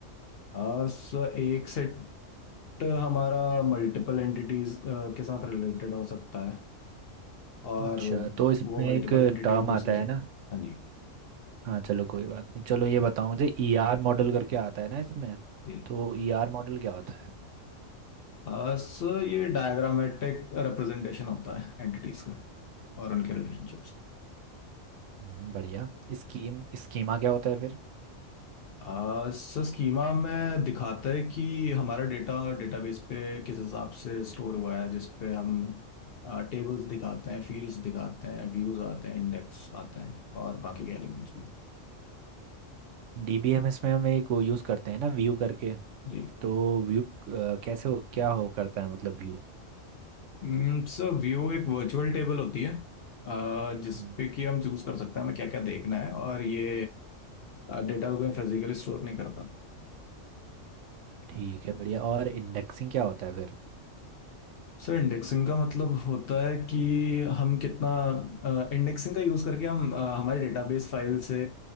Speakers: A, on the left (about 60°); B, on the right (about 70°).
A: आ, स- एक सेट हमारा मल्टीपल एंटिटीज के साथ रिलेटेड हो सकता है और
B: अच्छा तो इसमें
A: वो मल्टीपल
B: एक
A: एंटिटीज
B: टर्म
A: दूसरे
B: आता
A: से
B: है
A: हाँ
B: ना
A: जी
B: हाँ चलो कोई बात नहीं चलो ये बताओ मुझे ईआर मॉडल करके आता है ना इसमें
A: जी
B: तो ईआर मॉडल क्या होता है
A: आ, स ये डायग्रामेटिक रिप्रेजेंटेशन होता है एंटिटीज का और उनके रिलेशनशिप्स का
B: हम्म, बढ़िया स्कीम स्कीमा क्या होता है फिर
A: आ, स स्कीमा में दिखाता है कि हमारा डेटा डेटाबेस पे किस हिसाब से स्टोर हुआ है जिस पे हम टेबल्स दिखाते हैं फील्ड्स दिखाते हैं व्यूज आते हैं इंडेक्स आते हैं और बाकी के एलिमेंट्स भी
B: डीबीएमएस में हम एक वो यूज़ करते हैं ना व्यू करके
A: जी
B: तो व्यू कैसे हो क्या हो करता है मतलब व्यू
A: हम्म, सर व्यू एक वर्चुअल टेबल होती है अ, जिसपे
B: हम्म
A: कि हम चूज कर सकते हैं हमें क्या क्या देखना है और ये डेटा को कहीं फिजिकली स्टोर नहीं करता
B: ठीक है बढ़िया और इंडेक्सिंग क्या होता है फिर
A: सर इंडेक्सिंग का मतलब होता है कि हम कितना इंडेक्सिंग का यूज करके हम अ, हमारे डेटाबेस फाइल से